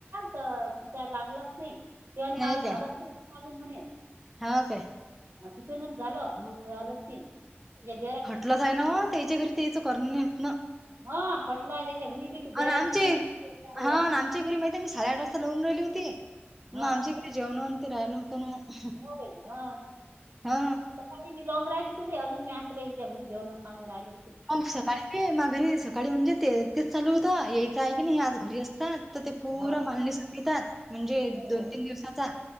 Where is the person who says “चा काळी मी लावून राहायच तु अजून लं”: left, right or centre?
Right